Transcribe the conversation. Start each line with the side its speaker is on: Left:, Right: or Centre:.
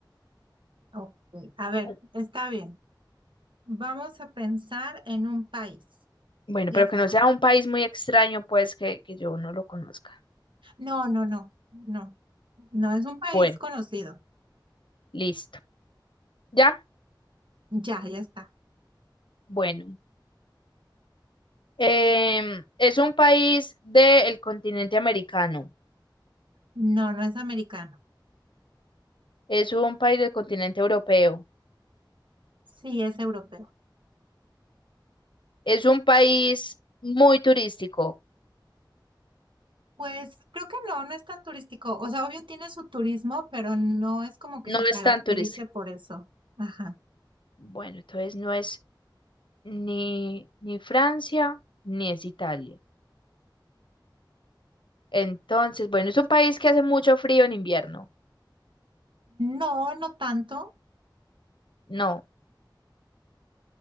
Right: Ok, A ver,
Left: o-
Right: está bien. Vamos a pensar en un país.
Left: Bueno,
Right: Ya
Left: pero
Right: está.
Left: que no sea un país muy extraño, pues que, que yo no lo conozca.
Right: No, no, no, no. No es un país
Left: Bueno,
Right: conocido.
Left: listo. ¿Ya?
Right: Ya, ya está.
Left: Bueno. Em, es un país del continente americano.
Right: No, no es americano.
Left: Es un país del continente europeo.
Right: Sí, es europeo.
Left: Es un país muy turístico.
Right: Pues creo que no, no es tan turístico. O sea, obvio tiene su turismo, pero no es como que
Left: No
Right: se caracterice
Left: es tan turístico.
Right: por eso. Ajá.
Left: Bueno, entonces no es. ni, ni Francia, ni es Italia. Entonces, bueno, es un país que hace mucho frío en invierno.
Right: No, no tanto.
Left: No,